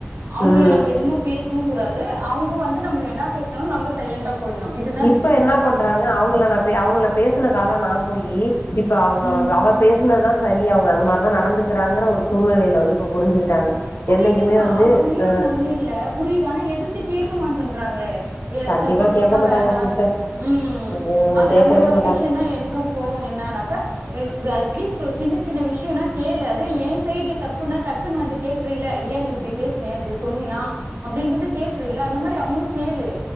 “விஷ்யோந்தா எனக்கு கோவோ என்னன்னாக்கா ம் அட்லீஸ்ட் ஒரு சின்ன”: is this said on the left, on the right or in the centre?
Right